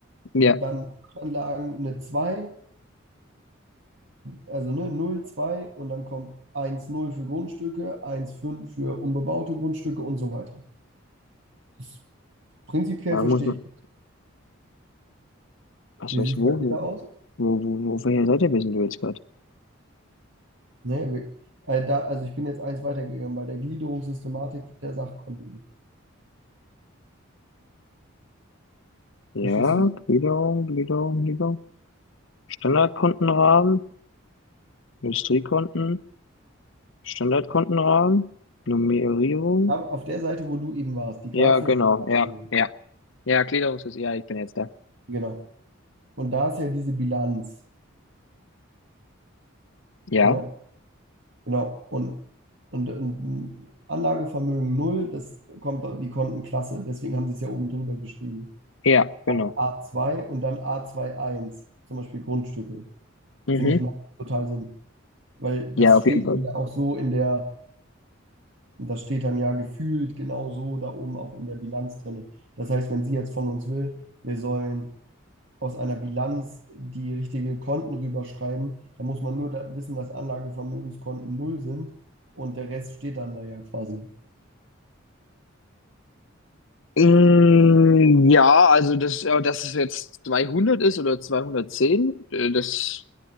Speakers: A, on the left; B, on the right.
A: ja,
B: dann Sachanlagen eine 2, also ne, 0, 2 und dann kommt 1,0 für Grundstücke, 1,5 für unbebaute Grundstücke und so weiter. Das Prinzipiell
A: da
B: verstehe
A: muss man,
B: ich.
A: was
B: Wie
A: weiß,
B: sieht es
A: wo,
B: bei dir
A: wo,
B: da aus?
A: wo, wo, wo, auf welcher Seite bist du jetzt gerade?
B: Nee, wir, äh, da, also ich bin jetzt eins weitergegangen bei der Gliederungssystematik der Sachkonten.
A: Ja,
B: Verstehst du?
A: Gliederung, Gliederung, Gliederung. Standardkontenrahmen, Industriekonten, Standardkontenrahmen, Nummerierung.
B: Aber auf der Seite, wo du eben warst, die
A: Ja,
B: grafische
A: genau,
B: Darstellung.
A: ja, ja, ja, Gliederungs, ja, ich bin jetzt da.
B: Genau. Und da ist ja diese Bilanz.
A: Ja,
B: Ja, genau. Und, und, und Anlagevermögen null. das kommt dann die Kontenklasse. Deswegen haben sie es ja oben drüber geschrieben.
A: ja, genau.
B: a zwei und dann a zwei eins zum Beispiel Grundstücke.
A: Mhm.
B: Finde ich macht total Sinn. Weil
A: Ja,
B: das
A: auf
B: steht
A: jeden Fall.
B: ja auch so in der Und das steht dann ja gefühlt genau so da oben auch in der Bilanz drin. Das heißt, wenn sie jetzt von uns will, wir sollen aus einer Bilanz die richtigen Konten rüberschreiben, dann muss man nur da wissen, dass Anlagevermögenskonten null sind und der Rest steht dann da ja quasi.
A: Mm, ja, also das, ja, dass es jetzt 200 ist oder 210, äh, das